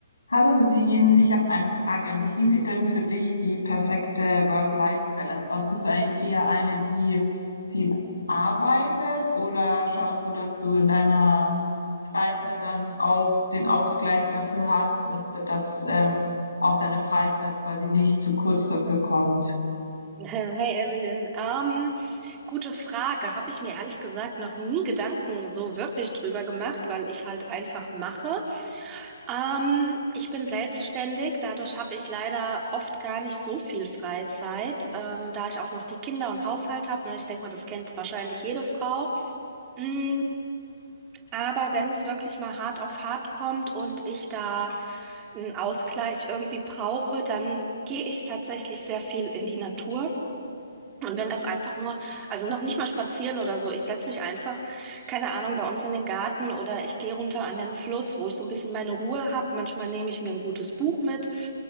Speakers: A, on the left; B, on the right.
A: Hallo Nadine, ich habe eine Frage an dich. Wie sieht denn für dich die perfekte Work-Life-Balance aus? Bist du eigentlich eher eine, die viel arbeitet oder schaust du, dass du in deiner Freizeit dann auch den Ausgleich dafür hast und dass ähm, auch deine Freizeit quasi nicht zu kurz dafür kommt?
B: <laughs> Hey Evelyn, ähm, gute Frage. Habe ich mir ehrlich gesagt noch nie Gedanken so wirklich drüber gemacht, weil ich halt einfach mache. Ähm, ich bin selbstständig, dadurch habe ich leider oft gar nicht so viel Freizeit, ähm, da ich auch noch die Kinder und Haushalt habe. Ne? Ich denke mal, das kennt wahrscheinlich jede Frau. Mm, aber wenn es wirklich mal hart auf hart kommt und ich da einen Ausgleich irgendwie brauche, dann gehe ich tatsächlich sehr viel in die Natur. Und wenn das einfach nur, also noch nicht mal spazieren oder so, ich setze mich einfach, keine Ahnung, bei uns in den Garten oder ich gehe runter an den Fluss, wo ich so ein bisschen meine Ruhe habe. Manchmal nehme ich mir ein gutes Buch mit